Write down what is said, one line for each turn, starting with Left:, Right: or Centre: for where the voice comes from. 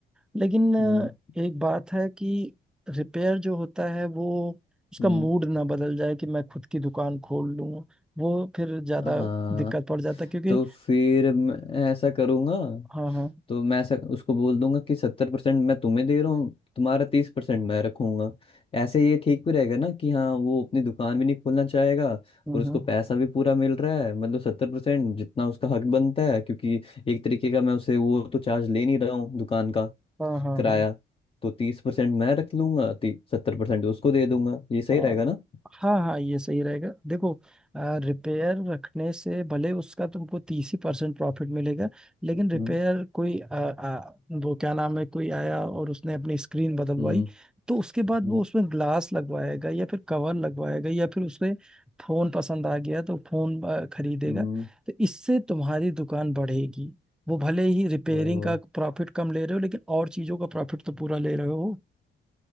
Centre: लेकिन अ,
Left: हम्म
Centre: एक बात है कि रिपेयर जो होता है वो उसका
Left: हम्म
Centre: मूड ना बदल जाए कि मैं खुद की दुकान खोल लूं वो फिर ज्यादा
Left: हाँ
Centre: दिक्कत पड़ जाता है क्योंकि
Left: तो फिर मैं ऐसा करूंगा
Centre: हाँ हाँ
Left: तो मैं ऐसा उसको बोल दूंगा कि सत्तर परसेंट मैं तुम्हें दे रहा हूँ तुम्हारा तीस परसेंट मैं रखूंगा ऐसे ये ठीक भी रहेगा ना कि हाँ वो अपनी दुकान भी नहीं खोलना चाहेगा
Centre: हम्म
Left: और उसको
Centre: हम्म,
Left: पैसा भी पूरा मिल रहा है मतलब सत्तर परसेंट जितना उसका हक बनता है क्योंकि एक तरीके का मैं उसे वो तो चार्ज ले नहीं रहा हूँ दुकान का
Centre: हाँ हाँ
Left: किराया
Centre: हाँ
Left: तो तीस परसेंट मैं रख लूंगा सत्तर परसेंट उसको दे दूंगा ये सही
Centre: हाँ
Left: रहेगा ना
Centre: हाँ हाँ ये सही रहेगा देखो रिपेयर रखने से भले उसका तुमको तीस ही परसेंट प्रॉफिट मिलेगा लेकिन
Left: हम्म
Centre: रिपेयर कोई आ, आ, वो क्या नाम है कोई आया और उसने अपनी स्क्रीन बदलवाई
Left: हम्म
Centre: तो उसके बाद
Left: हम्म
Centre: वो उसमें ग्लास लगवाएगा या फिर कवर लगवाएगा या फिर उसमें फोन पसंद आ गया तो फोन आ, खरीदेगा
Left: हम्म
Centre: तो इससे तुम्हारी दुकान बढ़ेगी वो भले ही रिपेयरिंग
Left: हम्म,
Centre: का प्रॉफिट कम ले रहे हो लेकिन और चीजों का प्रॉफिट तो पूरा ले रहे हो